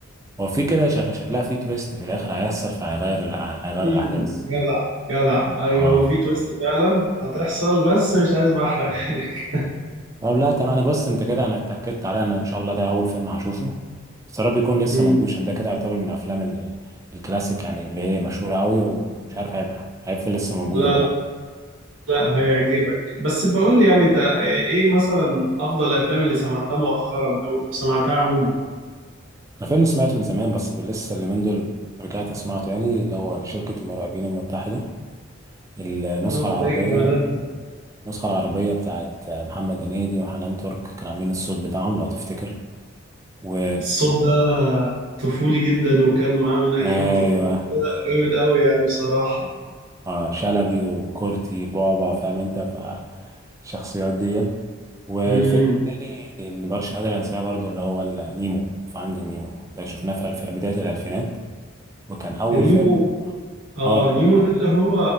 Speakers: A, on the right (about 15°); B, on the right (about 70°).
A: هو في كده شك- شكلها في تويست في الاخر هيحصل فهيغير الأح- هيغير
B: <laughs> مم،
A: الاحداث
B: جدع جدع ايوه
A: اه
B: هو في تويست فعلا هتحصل بس مش عايز بقى احرقها <laughs> لك
A: طب لا طب انا بص انت كده انا اتاكدت عليه انا ان شاء الله ده اول فيلم هشوفه بس يا رب يكون لسه
B: مم،
A: موجود عشان ده كده يعتبر من الافلام ال- الكلاسيك يعني اللي هي مشهوره قوي ومش عارف هيبقى هيفضل لسه موجود
B: لا
A: ولا
B: لا
A: لا
B: لا، هيعجبك بس بقول لي يعني انت ايه مثلا افضل الافلام اللي سمعتها مؤخرا او سمعتها عموما
A: الفيلم سمعته من زمان بس لسه اليومين دول رجعت اسمعه تاني اللي هو شركه المرعبين المتحده النسخه
B: اوف
A: العربيه
B: ايه الجمدان ده
A: النسخه العربيه بتاعت محمد هنيدي وحنان ترك كانوا عاملين الصوت بتاعهم لو تفتكر و
B: الصوت ده طفولي جدا وكان معاه من ايام
A: ايوه
B: الطفوله جامد قوي يعني بصراحه
A: اه شلبي وكورتي بعبع فاهم انت فالشخصيات دي والفيلم
B: امم
A: التاني اللي مبقاش قادر انساه برضه اللي هو ال- نيمو فايندينج نيمو ده شفناه في الف... بداية الألفينات وكان أول
B: نيمو
A: فيلم
B: اه
A: اه
B: نيمو ده اللي هو